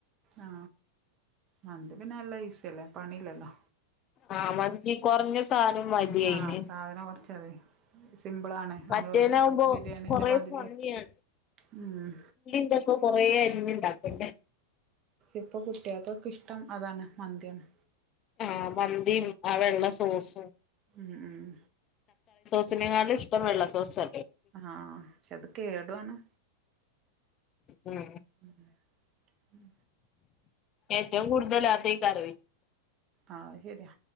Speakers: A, on the right; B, on the left.
A: ആ മന്തി പിന്നെ നല്ല ഈസല്ലേ പണില്ലല്ലോ
B: ആ മന്തി കുറഞ്ഞ സാനം മതിയയിന്
A: ആഹ് സാധനം കൊറച്ചതി സിമ്പിളാണ് നമ്മള്
B: മറ്റേനാവുമ്പോ
A: ബിരിയാണീന്റെ
B: കൊറ
A: മാതിരി
B: ഭംഗിയാണ്
A: ഉം
B: ന്റെ ഒക്കെ കൊറേ അരീഞ്ഞണ്ടാക്ക എൻ്റെ
A: ഇപ്പൊ കുട്ടികൾക്കൊക്കെ ഇഷ്ടം അതാണ് മന്തിയാണ്
B: ആ മന്തിയും ആ വെള്ള സോസും
A: ഉം ഉം
B: <unintelligible> ഇഷ്ടം വെള്ള സോസാ
A: ആഹ് ശ് ത് കേടു ആണ്
B: ഉം
A: ഉം ഉം
B: ഏറ്റവും കൂടുതൽ അതൈക്കാരെ
A: ആഹ് ശരിയാ